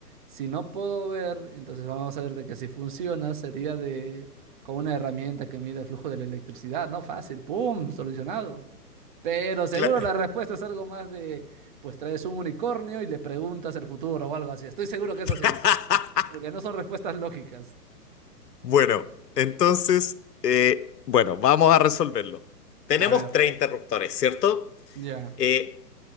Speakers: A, on the right; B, on the left.
A: si no puedo ver, entonces vamos a ver de que si funciona sería de con una herramienta que mide el flujo de la electricidad, ¿no? Fácil, ¡pum! Solucionado. Pero seguro
B: Cla-
A: la respuesta es algo más de, pues traes un unicornio y le preguntas el futuro o algo así. Estoy seguro que es así.
B: <laughs>
A: Porque no son respuestas lógicas.
B: Bueno, entonces, eh, bueno, vamos a resolverlo. Tenemos
A: A ver,
B: tres interruptores, ¿cierto?
A: ya.
B: Eh,